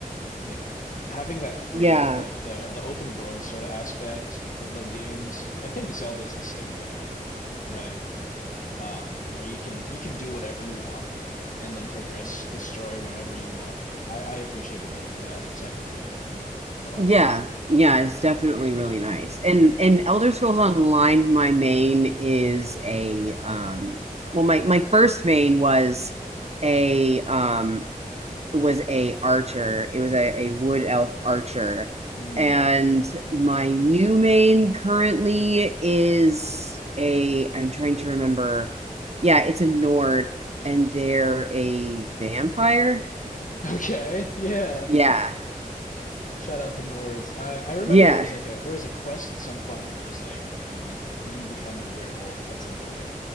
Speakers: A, on the left; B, on the right.
A: you know, having that free
B: Yeah.
A: like the the open world sort of aspect of like games. I think Zelda's the same way, right? Um, where you can you can do whatever you want and then progress the story whenever you want. I I appreciated like that type of freedom in in a lot
B: Yeah.
A: of games that I played.
B: Yeah, it's definitely really nice. And and Elder Scrolls Online, my main is a um well my my first main was a um was a archer. It was a, a wood elf archer.
A: Mm.
B: And
A: <laughs>
B: my new main currently is a I'm trying to remember. Yeah, it's a Nord and they're a vampire.
A: Okay, yeah.
B: Yeah.
A: Shout out the Nords. I, I remember
B: Yeah.
A: there was like a there was a quest at some point that was like you, you become a werewolf at some point.